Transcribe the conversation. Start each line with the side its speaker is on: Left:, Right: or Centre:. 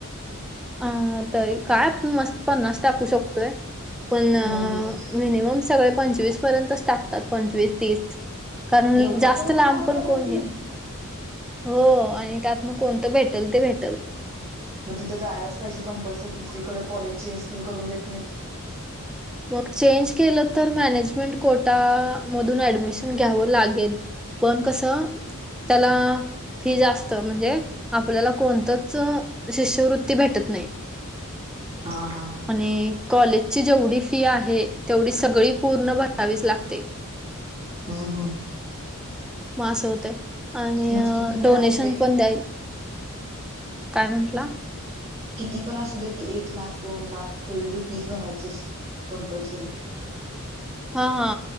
Centre: अ तरी काय आपण मस्त टाकू शकतोय पण
Right: हम् हम्
Centre: मिनिमम सगळे पंचवीस पर्यंतच टाकतात. पंचवीस तीस कारण
Right: एवढ्या
Centre: जास्त
Right: कॉलेजची
Centre: लांब
Right: नावं
Centre: पण
Right: टाकायची
Centre: कोण घे
Right: आहे.
Centre: हो आणि त्यातन कोणतं भेटेल ते भेटल.
Right: मग तिथं जायलाच पाहिजे कंपल्सरी दुसरीकडे कॉलेज चेंज तेन करून देत नाहीत.
Centre: मग चेंज केलं तर मॅनेजमेंट कोटा मधून ऍडमिशन घ्यावं लागेल पण कस त्याला फी जास्त म्हणजे आपल्याला कोणतच शिष्यवृत्ती भेटत नाही.
Right: हा हा
Centre: आणि कॉलेजची जेवढी फी फी आहे तेवढी सगळी पूर्ण भरावीच लागते.
Right: हा. हा.
Centre: मास आणि
Right: मग ती किती पण
Centre: डोनेशन
Right: असू दे
Centre: पण द्याल काय म्हंटला?
Right: किती पण असू देत एक लाख, दोन लाख तेवढी रुपीज भरायचेच कंपल्सरी.
Centre: <unintelligible> हा हा